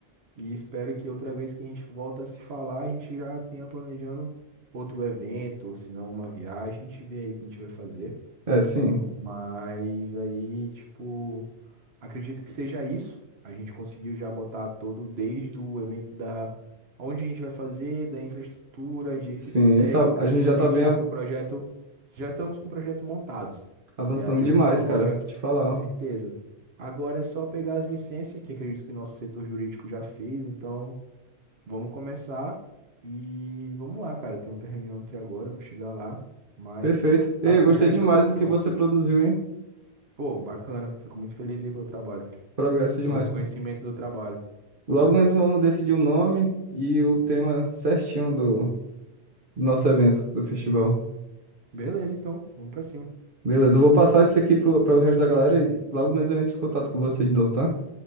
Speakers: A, on the right (about 70°); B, on the right (about 55°).
A: e espero que outra vez que a gente volta a se falar, a gente já tenha planejando outro evento, ou se não, uma viagem. A gente vê aí o que a gente vai fazer.
B: É, sim.
A: Mas aí, tipo, acredito que seja isso. A gente conseguiu já botar todo, desde o evento da onde a gente vai fazer, da infraestrutura, de
B: Sim,
A: equipe técnica,
B: tá, a gente
A: tudo.
B: já tá
A: A gente
B: bem.
A: está com o projeto, já estamos com o projeto montados.
B: Avançamos
A: E aí eu
B: demais,
A: vou agora,
B: cara. Vou te falar,
A: com certeza.
B: ó.
A: Agora é só pegar as licenças, que acredito que o nosso setor jurídico já fez. Então, vamos começar e vamos lá, cara. Tem outra reunião aqui agora, eu vou chegar lá. Mas
B: Perfeito.
A: tá tudo, tá-
B: Ei, eu gostei
A: já está
B: demais
A: tudo
B: do
A: pronto.
B: que você produziu, hein?
A: Pô, bacana. Fico muito feliz aí pelo trabalho,
B: Progresso demais.
A: pelo reconhecimento
B: pô.
A: do trabalho.
B: Logo menos vamos decidir o nome e o tema certinho do, do nosso evento, do festival.
A: Beleza, então, vamos pra cima.
B: Beleza, eu vou passar isso aqui pro, para o resto da galera e logo menos eu entro em contato com você de novo, tá?